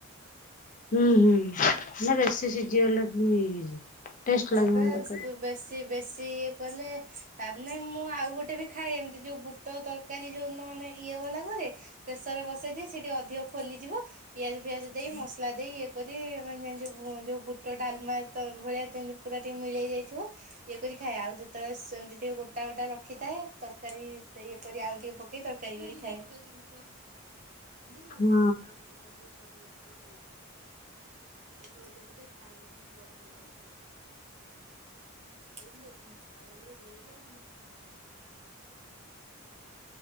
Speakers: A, on the left; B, on the right.
A: ହୁଁ ହୁଁ ନା ବେଶୀ ସିଝିଗଲେ ପୁଣି ହେଇଯିବ।
B: ହଁ
A: ଲାଗିବନି
B: ପରା
A: ତରକାରୀ
B: ବେଶୀ ବେଶୀ ଇଏ କଲେ ତାପ ନାଇଁ ମୁଁ ଆଉ ଗୋଟେ ବି ଖାଏ ଏମିତି ଯୋଉ ବୁଟ ତରକାରୀ ଯୋଉ ମାନେ ଇଏ ଗଲାପରେ ପ୍ରେସର ରେ ବସେଇଦିଏ। ସେଠି ଅଧିକ ଖୋଲିଯିବ ପିଆଜ ଫିଆଜ ଦେଇ ମସଲା ଦେଇ ଇଏ କରି ମାନ ଯୋଉ ବୁଟଟା ଆଲ ମା ତ ଭଳିଆ ଦିନ ପୁରା ଟିକେ ମିଳେଇ ଯାଇଥିବ ଇଏ କରି ଖାଏ ଆଉ ଯେତେବେଳେ ସେମିତି ଟିକେ ଗୋଟା ଗୋଟା ରଖିଥାଏ ତରକାରୀ ଇଏ କରି ଆଉ ଟିକେ ପକେଇ ତରକାରୀ କରି ଖାଏ। ଆସିଛନ୍ତି <unintelligible> ଗୋଟେ
A: ହଁ
B: ବନ୍ଧୁ କଲ ଆସ ଯ ଯାଉ ପୋଟଳ ଦେବିକ ଖାଇଲେ ମୁଁ ବଡ ଦେଇ ଅ ଗରମ ଦ ବନ ବାଗ ବର ଯାଇଛି। <unintelligible>